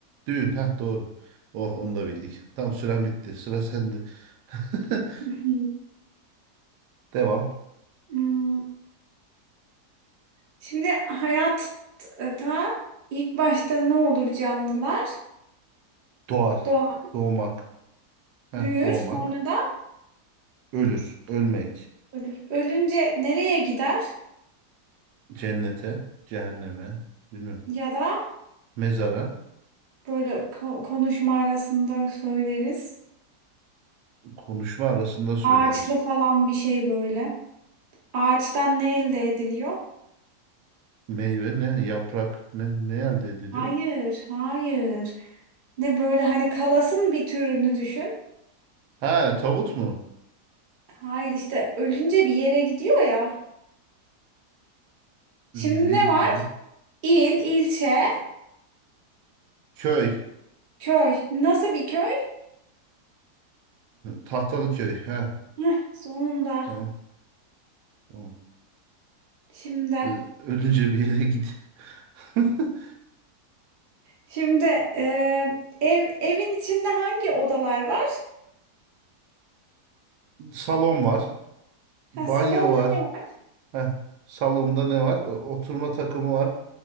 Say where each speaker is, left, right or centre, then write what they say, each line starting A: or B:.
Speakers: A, on the right; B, on the right.
A: Düğün. Ha doğru. Oh onu da bildik. Tamam süren bitti. Sıra sende. <laughs>
B: <laughs>
A: Devam.
B: Hmm, Şimdi hayatta ilk başta ne olur canlılar?
A: Doğar.
B: Doğar,
A: Doğmak. Heh,
B: büyür,
A: doğmak.
B: sonra da
A: Ölür. Ölmek.
B: ölür. Ölünce nereye gider?
A: Cennete. Cehenneme. Bilmem.
B: Ya da
A: Mezara.
B: böyle ko- konuşma arasında söyleriz.
A: Konuşma arasında söyleriz.
B: Ağaçlı falan bir şey böyle. Ağaçtan ne elde ediliyor?
A: Meyve ne? Yaprak ne? Ne elde ediliyor?
B: Hayır, hayır. Ne böyle hani kalasın bir türünü düşün.
A: Ha tabut mu?
B: Hayır işte ölünce bir yere gidiyor ya. Şimdi
A: Nereye
B: ne
A: gidiyor?
B: var? İl, ilçe,
A: Köy.
B: köy. Nasıl bir köy?
A: Tahtalı köy. Ha,
B: Heh, sonunda.
A: tamam. Tamam.
B: Şimdi,
A: Ö- Ölünce bir yere git. <laughs>
B: şimdi eee, ev evin içinde hangi odalar var?
A: Salon var. Banyo
B: Ha, salonda
A: var.
B: ne var?
A: Heh. Salonda ne var? O- Oturma takımı var.